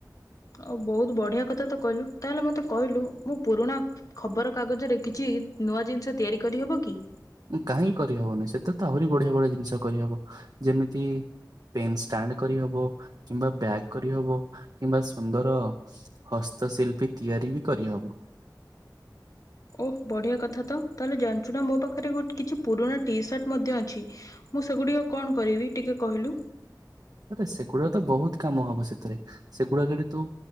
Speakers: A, on the left; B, on the right.
A: ଆଉ ବୋହୁତ ବଢ଼ିଆ କଥା ତ କହିଲୁ ତାହେଲେ ମତେ କହିଲୁ ମୁଁ ପୁରୁଣା ଖବର କାଗଜରେ କିଛି ନୂଆ ଜିନିଷ ତିଆରି କରିହବ କି?
B: ଉଁ କାହିଁ କରିହବନି ସେତେରେ ତ ଆହୁରି ବଢ଼ିଆ ବଢ଼ିଆ ଜିନିଷ କରିହବ, ଯେମିତି ପେନ୍ ଷ୍ଟାଣ୍ଡ୍ କରିହବ କିମ୍ବା ବ୍ୟାଗ୍ କରିହବ କିମ୍ବା ସୁନ୍ଦର ହସ୍ତଶିଳ୍ପୀ ତିଆରି ବି କରିହବ।
A: ଓଃ ବଢ଼ିଆ କଥା ତ ତାହେଲେ ଜାଣିଚୁ ନା ମୋ ପାଖରେ ଗୋଟ୍ କିଛି ପୁରୁଣା ଟି ସାର୍ଟ ମଧ୍ୟ ଅଛି। ମୁଁ ସେଗୁଡିକ କଣ କରିବି ଟିକେ କହିଲୁ।
B: ଆରେ ସେଗୁଡା ତ ବହୁତ କାମ ହବ ସେଥିରେ ସେଗୁଡାକ ତୁ